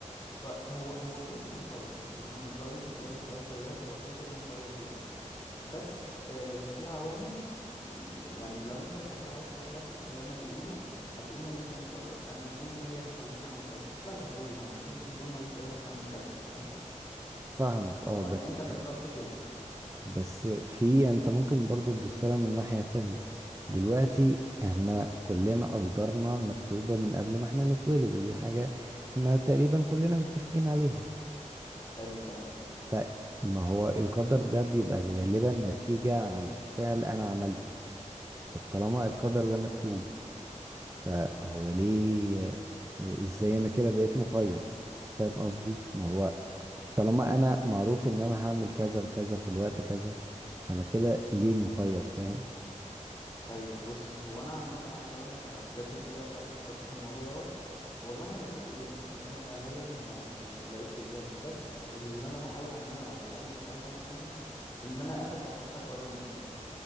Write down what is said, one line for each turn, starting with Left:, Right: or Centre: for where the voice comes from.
Left: فهو هو كده كده مخير يعني أنا من رأيي إن إجابة سؤال زي دوت هو كده كده مخير جدا بس آه، في عوامل م- يعني لو أنت من الآخر عايز تتلكك زي ما بيقولوا هتقول إن أنت مسير أنا الدنيا هي اللي خلتني أعمل كذا لا يا حبيبي هو مش أنت الدنيا اللي خلتك تعمل كذا فاهم
Right: فاهمك اه
Left: هو أن-
Right: بس
Left: أنت اللي اخترت كده
Right: بس في انت ممكن برضو تبص لها من ناحية تانية دلوقتي احنا كلنا اقدارنا مكتوبة من قبل ما احنا نتولد ودي حاجة احنا تقريبا كلنا متفقين عليها
Left: حلو الكلام
Right: فما هو القدر ده بيبقى غالبا نتيجة عن فعل انا عملته طب طالما القدر ده مكتوب فهو ليه ازاي انا كده بقيت مخير فاهم قصدي ما هو طالما انا معروف ان انا هعمل كذا وكذا في الوقت كذا انا كده ليه مخير فاهم
Left: ايوه بص هو انا عامه عايز اقول لك انا بجد كتير قوي في حياتي فكرت في الموضوع دوت والله ما لقيتلوش اجابه يعني انا فعليا ما ما لقيتش اجابه بس اللي انا بحاول اعمله على الاقل في حياتي انا يعني ان انا اخد اصح قرار ممكن